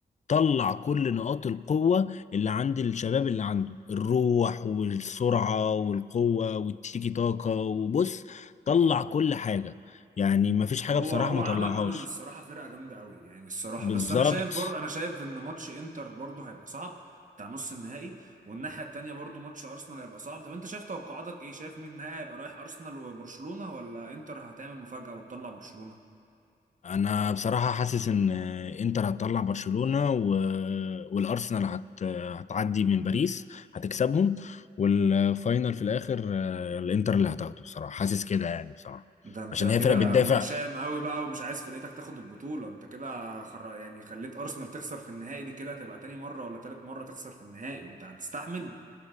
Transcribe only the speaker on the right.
هو
هو
عمل
منهم الصراحة فرقة جامدة قوي يعني الصراحة
بس أنا شايف برضه أنا شايف إن ماتش إنتر برضه هيبقى صعب بتاع نص النهائي والناحية التانية برضه ماتش أرسنال هيبقى صعب طب أنت شايف توقعاتك إيه شايف مين النهائي هيبقى رايح أرسنال وبرشلونة ولا إنتر هتعمل مفاجأة وتطلع برشلونة
ده أنت
كده
متشائم قوي بقى ومش عايز فرقتك تاخد البطولة أنت كده خر... يعني خليت أرسنال تخسر في النهائي دي كده هتبقى تاني مرة ولا تالت مرة تخسر في النهائي أنت هتستحمل